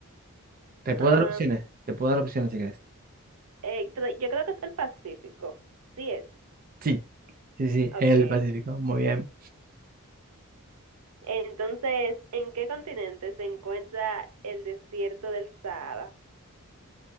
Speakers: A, on the right; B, on the right.
A: Te puedo
B: Ah,
A: dar opciones, te puedo dar opciones si quieres.
B: eh, pero yo creo que es el Pacífico. Sí es.
A: Sí, Sí, sí,
B: Ok.
A: el Pacífico, muy bien.
B: Entonces, ¿en qué continente se encuentra el desierto del Sahara?